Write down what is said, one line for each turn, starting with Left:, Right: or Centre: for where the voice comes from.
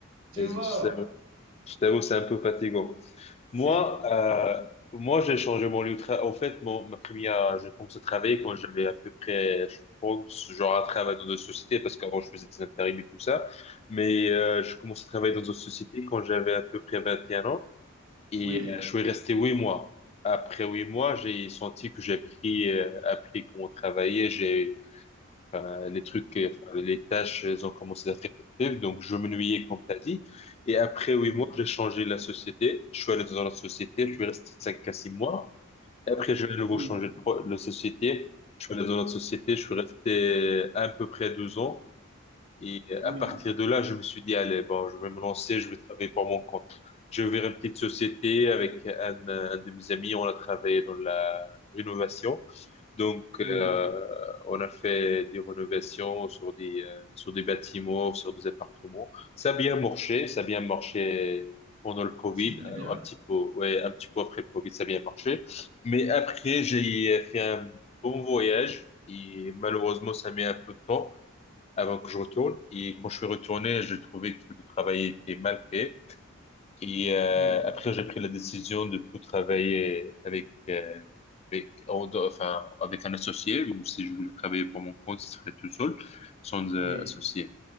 Right: tu
Left: Et je
Right: vois?
Left: sais- je t'avoue, c'est un peu fatigant.
Right: C'est
Left: Moi, euh, moi, j'ai changé mon lieu de travail. En fait, mon, ma première, j'ai commencé à travailler quand j'avais à peu près, je pense, genre un travail dans une société, parce qu'avant, je faisais des intérims et tout ça. Mais euh, j'ai commencé à travailler dans une société quand j'avais à peu près 21 ans. Et
Right: oui,
Left: euh, je suis resté huit mois. Après huit mois, j'ai senti que j'ai appris, euh, appris comment travailler. J'ai Enfin, les trucs, euh, enfin, les tâches, elles ont commencé à être répétitives. Donc, je m'ennuyais, comme tu as dit. Et après
Right: oui,
Left: huit mois, j'ai changé la société. Je suis allé dans la société. Je suis resté cinq à six mois. Et après, j'ai à nouveau
Right: oui,
Left: changé de pro- la société. Je suis allé dans la société. Je suis resté à peu près 12 ans. Et
Right: oui,
Left: à partir de là, je me suis dit, allez, bon, je vais me lancer, je vais travailler pour mon compte. J'ai ouvert une petite société avec un, un de mes amis, on a travaillé dans la rénovation. Donc, euh,
Right: oui,
Left: on a fait des rénovations sur des, euh, sur des bâtiments, sur des appartements. Ça a bien marché, ça a bien marché pendant le Covid,
Right: c'est bien,
Left: euh, un petit peu, ouais, un petit peu après le Covid, ça a bien marché. Mais après, j'ai fait un bon voyage et malheureusement, ça met un peu de temps avant que je retourne. Et quand je suis retourné, j'ai trouvé que le travail était mal fait. Et euh,
Right: oui,
Left: après, j'ai pris la décision de plus travailler avec, euh, avec, en- enfin, avec un associé, ou si je voulais travailler pour mon compte, ce serait tout seul, sans euh,
Right: oui.
Left: associé.